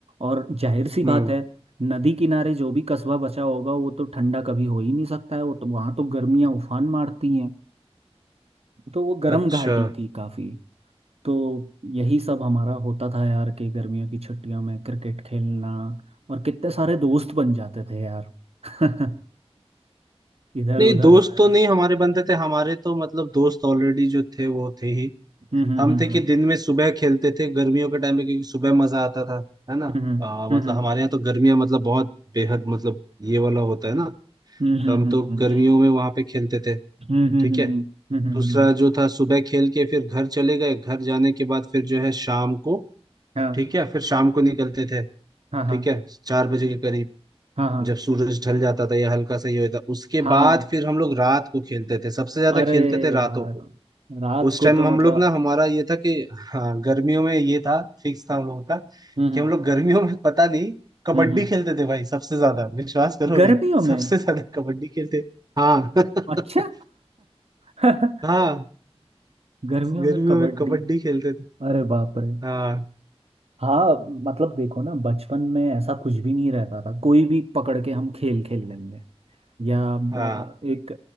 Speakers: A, on the right (about 70°); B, on the right (about 40°).
A: और जाहिर सी बात
B: हम्म
A: है नदी किनारे जो भी कस्बा बचा होगा वो तो ठंडा कभी हो ही नहीं सकता है वो तो वहां तो गर्मियां उफान मारती हैं तो वो गर्म
B: अच्छा
A: घाटी थी काफी तो यही सब हमारा होता था यार कि गर्मियों की छुट्टियों में क्रिकेट खेलना और कितने सारे दोस्त बन जाते थे यार <laughs> इधर
B: नहीं
A: उधर
B: दोस्त
A: से
B: तो नहीं हमारे बनते थे हमारे तो मतलब दोस्त ऑलरेडी जो थे वो थे ही
A: हम्म हम्म
B: हम
A: हम्म
B: थे कि दिन में सुबह खेलते थे गर्मियों के टाइम पे क्योंकि सुबह मजा आता था है ना
A: हम्म
B: आ,
A: हम्म
B: मतलब हमारे यहाँ तो गर्मियाँ मतलब बहुत बेहद मतलब ये वाला होता है ना
A: हम्म
B: तो हम
A: हम्म
B: तो गर्मियों में वहां पे खेलते थे
A: हम्म हम्म
B: ठीक
A: हम्म
B: है
A: हम्म हम्म हम्म हम्म, हम्म, हम्म,
B: दूसरा
A: हम्म, हम्म,
B: जो था सुबह खेल के फिर घर चले गए घर जाने के बाद फिर जो है शाम को
A: हाँ
B: ठीक है फिर शाम को निकलते थे
A: हाँ हाँ
B: ठीक है चार बजे के करीब
A: हाँ हाँ
B: जब सूरज ढल जाता था या हल्का सा ये होता उसके
A: हाँ
B: बाद फिर हम लोग रात को खेलते थे सबसे ज्यादा
A: अरे
B: खेलते थे रातों
A: यार
B: को
A: रात
B: उस
A: को
B: टाइम
A: तो
B: हम
A: मतलब
B: लोग ना हमारा ये था कि हाँ गर्मियों में ये था फिक्स था हम लोगों का
A: हम्म हम्म
B: कि हम लोग गर्मियों में पता नहीं कबड्डी
A: हम्म हम्म,
B: खेलते थे भाई सबसे ज्यादा विश्वास करोगे
A: गर्मियों
B: सबसे
A: में
B: ज्यादा कबड्डी खेलते हाँ <laughs>
A: अच्छा <laughs>
B: हाँ
A: गर्मियों
B: गर्मियों
A: में कबड्डी
B: में कबड्डी खेलते थे
A: अरे बाप रे
B: हाँ
A: हाँ मतलब देखो ना बचपन में ऐसा कुछ भी नहीं रहता था कोई भी पकड़ के हम खेल खेल लेंगे या अ,
B: हाँ
A: एक